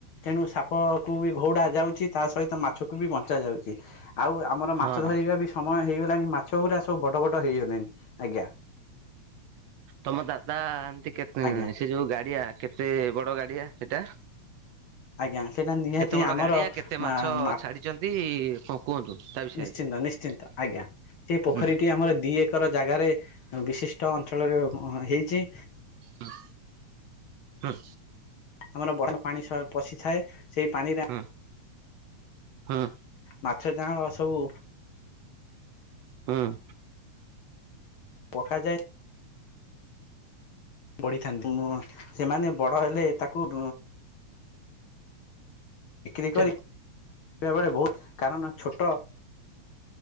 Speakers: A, on the left; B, on the right.
A: ତେଣୁ ସା ପକୁ ବି ଘଉଡା ଯାଉଛି ତା ସହିତ ମାଛକୁ ବି ବଞ୍ଚା ଯାଉଛି ଆଉ ଆମର
B: ହଁ
A: ମାଛ ଧରିବା ବି ସମୟ ହେଇଗଲାଣି ମାଛ ଗୁଡା ସବୁ ବଡ ବଡ ହେଇଗଲେଣି ଆଜ୍ଞା।
B: ତମ ଦାଦା ଏମିତି କେ
A: ଆଜ୍ଞା।
B: ସେ ଯୋଉ ଗାଡିଆ କେତେ ବଡ ଗାଡିଆ ସେଟା?
A: ଆଜ୍ଞା ସେଇଟା ନିହାତି
B: କେତେ ବଡ
A: ଆମର
B: ଗାଡିଆ କେତେ
A: ମା
B: ମାଛ
A: ମା
B: ଛାଡିଛନ୍ତି କଣ କୁହନ୍ତୁ ତା ବିଷୟରେ
A: ନିଶ୍ଚିନ୍ତ ନିଶ୍ଚିନ୍ତ ଆଜ୍ଞା ସେଇ ପୋଖରୀ
B: ହୁଁ
A: ଟି ଆମର ଦି ଏକର ଜାଗାରେ ବିଶିଷ୍ଟ ଅଞ୍ଚଳରେ ହେଇଛି।
B: ହଁ ହଁ
A: ଆମର ବର୍ ପାଣି ପଶିଥାଏ ସେଇ ପାଣିରେ
B: ହଁ ହଁ
A: ମାଛ ଚାାଁଳ ସବୁ
B: ହୁଁ ହୁଁ
A: ପଠାଯା <inaudible> ବଢିଥାନ୍ତି ସେମାନେ ବଡ ହେଲେ ତାକୁ ବିକ୍ରି
B: ସେ
A: କରି ବଳେ ବହୁତ କାରଣ ଛୋଟ